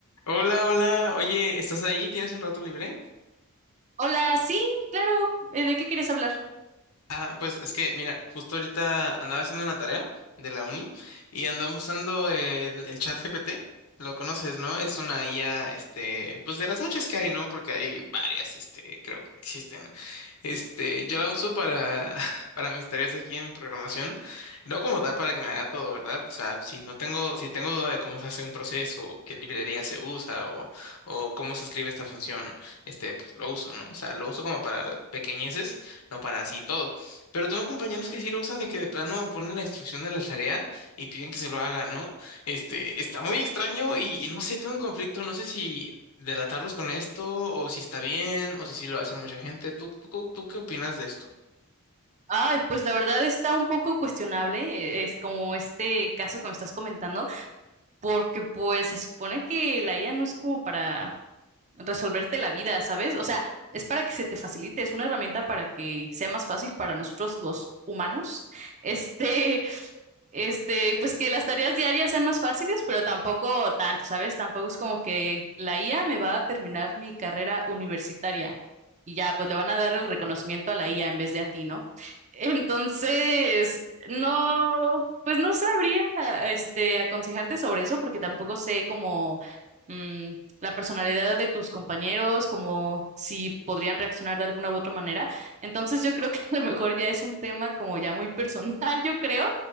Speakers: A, on the left (about 80°); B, on the right (about 35°).
A: Hola, hola. Oye, ¿estás ahí? ¿Tienes un rato libre?
B: Hola, sí, claro. eh, ¿De qué quieres hablar?
A: Ah, pues es que, mira, justo ahorita andaba haciendo una tarea de la uni y andaba usando el, el chat GPT. Lo conoces, ¿no? Es una IA, este, pues de las muchas que hay, ¿no? Porque hay varias, este, creo que existen. Este, yo la uso para, <laughs> para mis tareas aquí en programación, no como tal para que me haga todo, ¿verdad? O sea, si no tengo, si tengo duda de cómo se hace un proceso, o qué librería se usa, o, o cómo se escribe esta función, este, pues lo uso, ¿no? O sea, lo uso como para pequeñeces, no para así todo. Pero tengo compañeros que sí lo usan de que de plano ponen la instrucción de la tarea y piden que se lo haga, ¿no? Este, está muy extraño y, y no sé, tengo un conflicto, no sé si delatarlos con esto o si está bien o si sí lo hace mucha gente. ¿Tú, tú, tú tú qué opinas de esto?
B: Ay, pues la verdad está un poco cuestionable, eh, es como este caso que me estás comentando, porque pues se supone que la IA no es como para resolverte la vida, ¿sabes? O sea, es para que se te facilite, es una herramienta para que sea más fácil para nosotros los humanos, <laughs> este, este, pues que las tareas diarias sean más fáciles, pero tampoco tanto, ¿sabes? Tampoco es como que la IA me va a terminar mi carrera universitaria y ya, pues le van a dar el reconocimiento a la IA en vez de a ti, ¿no? Entonces, no, pues no sabría, este, aconsejarte sobre eso porque tampoco sé cómo mm, la personalidad de tus compañeros, como si podrían reaccionar de alguna u otra manera. Entonces, yo creo que <laughs> a lo mejor ya es un tema como ya muy personal, yo creo.